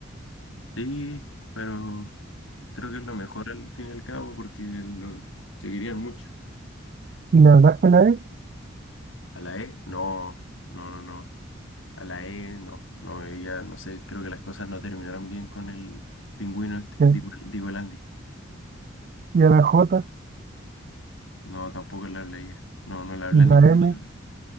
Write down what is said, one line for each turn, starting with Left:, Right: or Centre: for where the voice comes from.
Left: Sí, pero... Creo que es lo mejor al fin y al cabo porque lo seguirían mucho.
Right: Y la verdad es que la E,
Left: A la E, no, no, no, no. A la E, no, no, ella, no sé, creo que las cosas no terminaron bien con el pingüino este,
Right: que-
Left: digo, el- digo el Andy.
Right: y a la J,
Left: No, tampoco le habla ella. No, no le habla
Right: y
Left: ninguna.
Right: la M,